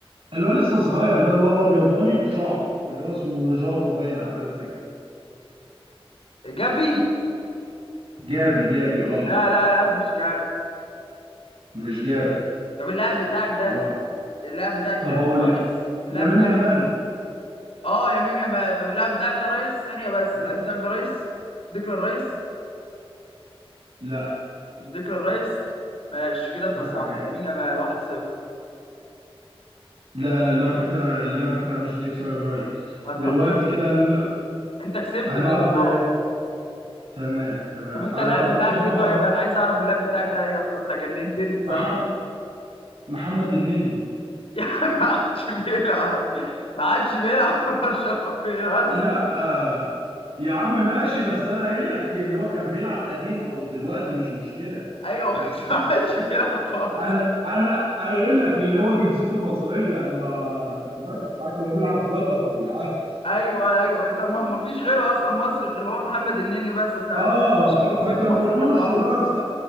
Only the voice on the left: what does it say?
جافي
لا لا لا مش جافي
طب اللاعب بتاعك ده
اللاعب بتاعك
ده
رئيس
اللاعب
بتاعك
ايه؟ اه يمين يا ما طب اللاعب بتاعك ده رئيس ثانية بس
اللاعب بتاعك ده رئيس ديكلان رئيس
مش ديكلان رئيس ماشي كده انت
صح
يمين يا مال 1-0
طب
انت كسبت
كده اه
طب انت
اللاعب
بتاعك
ايه
طيب انا عايز اعرف اللاعب بتاعك ده ايه يا اسطى انت جننتني الصراحه
<laughs> يعني ما عادش بيلعب ما عادش بيلعب في برشلونه في ارسنال
ايوه بس ما عادش بيلعب في ارسنال
ايوه ايوه انت ما هو ما فيش غيره اصلا مصري غير هو محمد النني بس بس انت ما
قلتليش
ان جنسيته
مصريه
خالص